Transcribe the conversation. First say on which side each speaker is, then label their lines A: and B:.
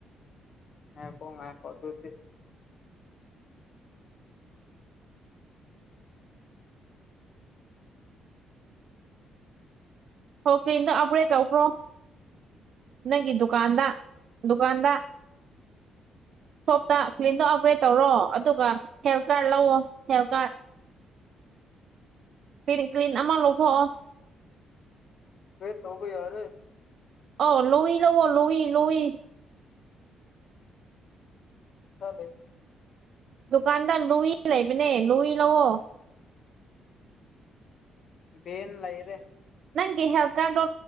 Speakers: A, on the left; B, on the right.
A: ꯍ ꯄꯨꯡ ꯑꯩ ꯀꯗꯗꯤ
B: ꯍꯀꯦꯅ ꯑꯔꯦ ꯇꯧꯈ꯭ꯔꯣ ꯅꯪꯒꯤ ꯗꯨꯀꯥꯟꯗ ꯗꯨꯀꯥꯟꯗ
A: <unintelligible>
B: ꯁꯣꯞꯇ ꯀ꯭ꯂꯤꯟꯗꯣ ꯑꯞꯒ꯭ꯔꯦꯗ ꯇꯧꯔꯣ ꯑꯗꯨꯒ ꯍꯦꯜꯊ ꯀꯥꯔꯗ ꯂꯧꯑꯣꯣ ꯍꯦꯜꯊ ꯀꯥꯔꯠ ꯄꯟ ꯀ꯭ꯂꯤꯟ ꯑꯃ ꯂꯧꯊꯣꯛꯑꯣ
A: ꯍꯦ ꯇꯧꯕ ꯌꯥꯔ
B: ꯑꯣ ꯂꯨꯏ ꯂꯧꯕꯣ ꯂꯨꯏ ꯂꯨꯏ
A: ꯆꯂꯦ
B: ꯗꯨꯀꯥꯟꯗ ꯂꯨꯏ ꯂꯩꯕꯅꯦ ꯂꯨꯏ ꯂꯑꯣꯣ
A: ꯟ ꯂꯩꯔꯦ
B: ꯑꯩꯒꯤ ꯍꯦꯜꯊ ꯀꯥꯔꯗꯣ